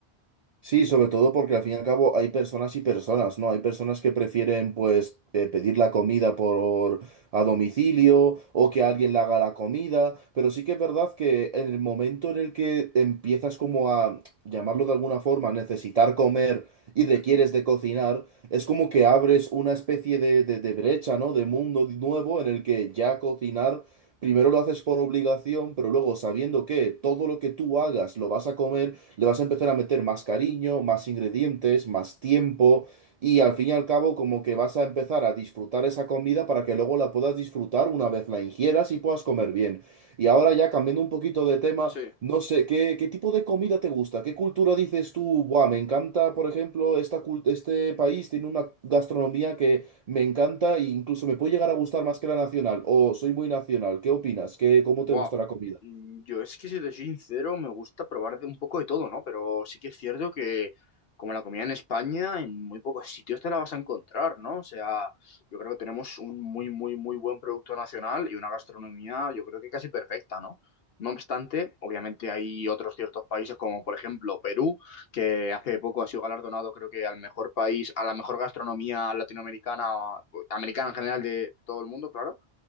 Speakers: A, on the right; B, on the left.
A: Sí, sobre todo porque al fin y al cabo hay personas y personas, ¿no? Hay personas que prefieren pues eh, pedir la comida por a domicilio o que alguien le haga la comida, pero sí que es verdad que en el momento en el que empiezas como a llamarlo de alguna forma, necesitar comer y requieres
B: Mm,
A: de cocinar, es como que abres una especie de, de, de brecha, ¿no? De mundo nuevo en el que ya cocinar, primero lo haces por obligación, pero luego sabiendo que todo lo que tú hagas lo vas a comer le vas a empezar a meter más cariño, más ingredientes, más tiempo y al fin y al cabo como que vas a empezar a disfrutar esa comida para que luego la puedas disfrutar una vez la ingieras y puedas comer bien. Y ahora ya cambiando un poquito de tema,
B: Sí.
A: no sé, ¿qué, qué tipo de comida te gusta? ¿Qué cultura dices tú? Buah, me encanta, por ejemplo, esta cult- este país tiene una gastronomía que me encanta e incluso me puede llegar a gustar más que la nacional. O soy muy nacional. ¿Qué opinas? ¿Qué, cómo
B: Buah,
A: te gusta la comida?
B: mm, yo es que si te soy sincero, me gusta probar de un poco de todo, ¿no? Pero sí que es cierto que como la comida en España, en muy pocos sitios te la vas a encontrar, ¿no? O sea, yo creo que tenemos un muy, muy, muy buen producto nacional y una gastronomía, yo creo que casi perfecta, ¿no? No obstante, obviamente hay otros ciertos países como por ejemplo Perú, que hace poco ha sido galardonado creo que al mejor país, a la mejor gastronomía latinoamericana, o americana en general de todo el mundo, claro